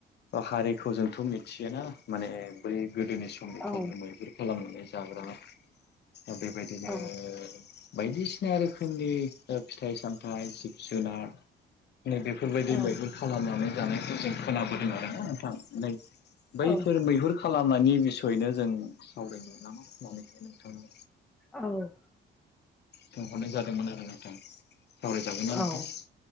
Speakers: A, on the left; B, in the centre.
A: हारिखौ जोंथ' मिथियो ना माने बै गोदोनि सु गोदोनिफ्रायनो
B: औ
A: मैहुर खालामनानै जाग्रा दा बेबायदिनो
B: औ
A: बायदिसिना रोखोमनि फिथाइ सामथाइ जिब जुनार नै बेफोरबायदि
B: औ
A: मैहुर खालामनानै जानायखौ जों खोनाबोदों आरोना नोंथां नै बैफोर
B: औ
A: मैहुर खालामनायनि बिसयैनो जों सावरायनो नामा नोंथां आङो
B: औ
A: सोंहरनाय जादोंमोन आरो नोंथां सावरायजागोनना नोंथां
B: औ